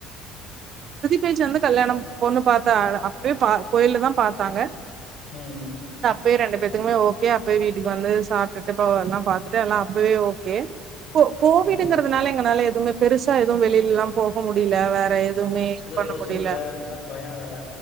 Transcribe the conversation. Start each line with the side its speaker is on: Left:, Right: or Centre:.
Right: பேச்சு வந்து கல்யாணோ பொண்ணு பாத்தா அப்பயே பா கோயில்ல தா பாத்தாங்க
Left: உம் உம்
Right: பே ரெண்டு பேத்துக்கு ஓகே அப்பயெ வீட்டுக்கு வந்து சாப்டுட்டு போ எல்லா பாத்துட்டு எல்லா அப்பவே ஓகே கோ கோவிடுங்கறதுனால
Left: ம்.
Right: எங்கனால எ துமே பெருசா எது வெளிலெல்லா போ போ முடில வேற எதுவ்மே இது பண்ண
Left: சோசு
Right: முடியல
Left: இல்ல <unintelligible> பயோ வேற